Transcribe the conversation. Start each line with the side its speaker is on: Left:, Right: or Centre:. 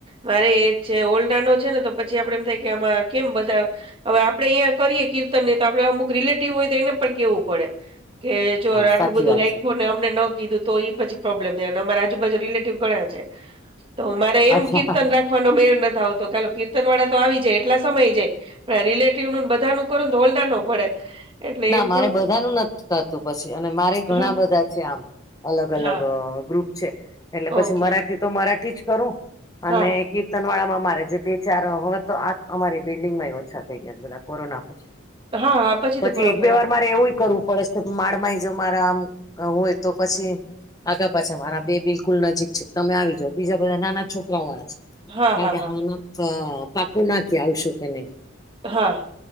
Right: મારે એજ છે હોલ નાનો છે ને તો પછી આપડે એમ થાય કે આમાં કેમ બધા અવે આપડે અહીંયા કરીએ કીર્તન ને તો આપડણે અમુક રિલેટિવ હોય તો એને પણ કેવું પડે. કે જો
Left: હા
Right: આટલું
Left: સાચી
Right: બધું
Left: વાત
Right: રાઈખ્યું
Left: છે
Right: ને અમને ન કીધું તો પછી પ્રોબ્લેમ થાયને અમારે આજુ બાજુ રિલેટીવ ઘણા છે, તો અમારે એમ
Left: અચ્છા
Right: કીર્તન વાનો મેળ ન આવતો કીર્તન વાળા તો આવી જાય એટલા સમય જાય. રિલેટિવ નુ બધા નુ કરુ હોલ નાનો પડે. એટલે
Left: ના
Right: એમ
Left: મારે
Right: થોડુંક
Left: બધાનું નથી થાતું પછી અને મારે ઘણા
Right: હા,
Left: બધા છે આમ. અલગ અલગ
Right: હા.
Left: ગ્રુપ છે, એટલે
Right: ઓકે.
Left: પછી મરાઠી તો મરાઠી જ કરું, અને
Right: હા,
Left: તનવાડામાં મારે જે બે-ચાર, હવે તો આખ અમારી બિલ્ડિંગમાં એઈ ઓછા થઈ ગયા છ બધા કોરોના પછી.
Right: હા.
Left: પછી
Right: તો ઘણો
Left: એક-બે
Right: ફેર.
Left: વાર મારે એવું કરવું પડે છ કે <unintelligible> જો મારા આમ હોય તો પછી આગા પાછા મારા બે બિલકુલ નજીક છે. તો તમે જાઓ. બીજા બધા નાના છોકરાવ વાળા છ.
Right: હા,
Left: કારણ
Right: હા,
Left: કે
Right: હા,
Left: હાલમાં પ પાકું નથી આવશું કે નહીં.
Right: હા.